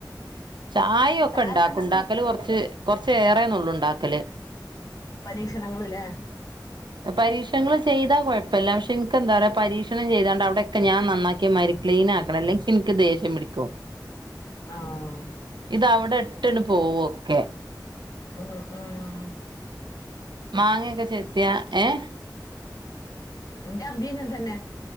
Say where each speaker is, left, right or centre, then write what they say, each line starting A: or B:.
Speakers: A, on the right; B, on the left.
A: ചായ ഒക്കെണ്ടാക്കും
B: ചായൊക്കെ ഇണ്ടാക്കോ
A: ണ്ടാക്കല് കൊർച്ച് കൊർച്ചേറെനൊള്ളുണ്ടാക്കല്
B: പരീക്ഷണങ്ങള്ല്ലേ
A: പരീക്ഷണങ്ങള് ചെയ്താ കൊഴപ്പില്ല പക്ഷെ ഇന്ക്കെന്താറിയോ പരീക്ഷണം ചെയ്താണ്ട് അവിടെക്കെ ഞാൻ നന്നാക്കിമാരി ക്ലീൻ ആക്കണം അല്ലെങ്കി എനിക്ക് ദേഷ്യം പിടിക്കു
B: ആഹ്
A: ഇത് അവിടെ ഇട്ടണ്ട് പോവും ഒക്കെ
B: ആഹ് ആഹ്
A: മാങ്ങേക്കെ ചെത്തിയാ ഏഹ്
B: ഇന്റ അബി അങ്ങൻ തന്നെ